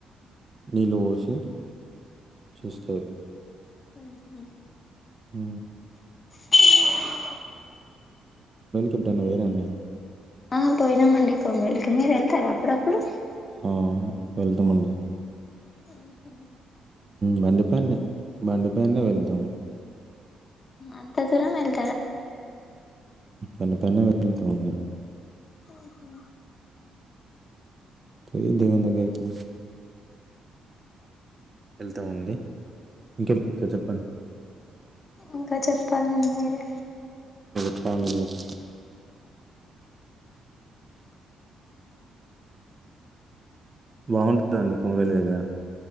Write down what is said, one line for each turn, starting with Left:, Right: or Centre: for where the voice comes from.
Right: నీళ్ళు పోసి చేస్తారు
Left: ఆహ
Right: హ
Left: అ
Right: ఎప్పుడన్న వేరే అన్నీ
Left: ఆ పోయినా మండి కోమ్మ మీరు వెళ్తారా అప్పుడప్పుడు
Right: ఆ! వెళ్తామండి
Left: ఉ
Right: బండిపైనే బండి పనే వెళతు ఎద
Left: అంత తర మల్
Right: అంట పన్న వెళ్తామండి
Left: ఆఓహా
Right: పోయి దేవనగకి వెళ్తా ఉంది ఇంకా చెప్పండి.
Left: ఇంకా చెప్పాలండి మీరే
Right: ట్టాడి బాగుంటుందండి కొమరేలి దగ్గర